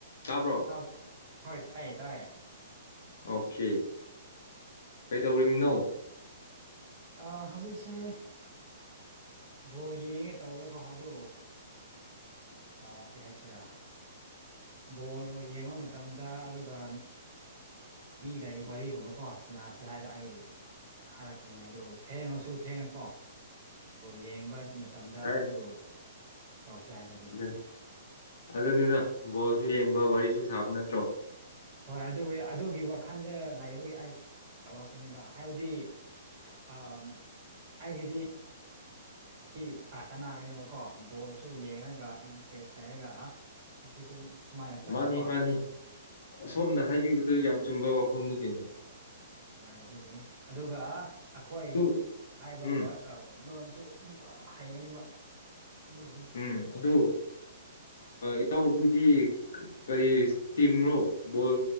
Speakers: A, on the left; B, on the right.
A: ꯇꯥꯕ꯭ꯔꯣ
B: ꯇꯥꯕ ꯍꯣꯏ ꯇꯥꯏꯌꯦ ꯇꯥꯏꯌꯦ
A: ꯑꯣꯀꯦ ꯀꯩꯗꯧꯔꯤꯃꯤꯅꯣ
B: ꯑ ꯍꯧꯖꯤꯛꯁꯦ ꯕꯣꯜ ꯌꯦꯡꯒꯦ ꯇꯧꯔꯤꯑꯗꯨ ꯀꯔꯤ ꯍꯏꯁꯤꯔꯥ ꯕꯣꯜ ꯌꯦꯡꯕ ꯃꯇꯝꯗ ꯑꯗꯨꯒ ꯃꯤꯔ ꯋꯥꯔꯤꯔꯤꯒꯨꯝꯕꯀꯣ ꯁꯅꯥꯁꯤ ꯍꯥꯏꯔꯛ ꯑꯦ ꯊꯥꯔꯛꯄꯅꯦ ꯑꯗꯨ ꯊꯦꯡꯉꯁꯨ ꯊꯦꯡꯅꯀꯣ ꯌꯦꯡꯕ ꯃꯇꯝꯗ
A: ꯑꯦ
B: ꯑꯗꯨ ꯇꯧꯁꯤ ꯍꯥꯏꯕꯒꯤ
A: ꯑꯗꯨ ꯑꯗꯨꯅꯤꯅ
B: ꯍꯣꯏ
A: ꯕꯣꯜꯁꯨ ꯌꯦꯡꯕ ꯋꯥꯔꯤꯁꯨ ꯁꯥꯕ ꯅꯠꯇ꯭ꯔꯣ
B: ꯍꯣꯏ ꯑꯗꯨ ꯑꯗꯨꯒꯤ ꯋꯥꯈꯜꯗ ꯂꯩꯩꯕꯒꯤ ꯑꯩ ꯇꯧꯔꯛꯄꯅꯦꯕ ꯍꯥꯏꯕꯗꯤ ꯑ ꯑꯩꯒꯤꯗꯤ ꯁꯤ ꯀꯅꯥꯒꯅꯦꯕꯀꯣ ꯕꯣꯜꯁꯨ ꯌꯦꯡꯉꯒ ꯏꯟꯇꯔꯦꯁ ꯂꯩꯔꯒ ꯁꯤꯁꯨ ꯁꯨꯃꯥꯏꯅ ꯆꯠꯄꯀꯣ
A: ꯃꯥꯅꯤ ꯃꯥꯅꯤ ꯑꯁꯣꯝꯅ ꯍꯥꯏꯕꯤꯕꯗꯨ ꯌꯥꯝ ꯆꯨꯝꯕ ꯋꯥꯐꯝꯅꯤ ꯀꯩꯅꯣ
B: ꯍꯣꯏ ꯑꯗꯨꯒꯤꯅꯤ ꯑꯗꯨꯒ ꯑꯩꯈꯣꯏ
A: ꯑꯗꯨ
B: ꯍꯥꯏꯕ
A: ꯎꯝ
B: ꯋꯥ ꯂꯣꯟꯁꯨ ꯑꯃꯨꯛꯀ ꯍꯩꯒꯅꯤꯕ ꯑꯗꯨꯒꯤꯅꯤ
A: ꯎꯝ ꯑꯗꯨꯗ
B: <unintelligible> <inaudible>
A: ꯏꯇꯥꯎꯕꯤꯗꯤ ꯀꯔꯤ ꯇꯤꯝꯅꯣ ꯕꯣꯜ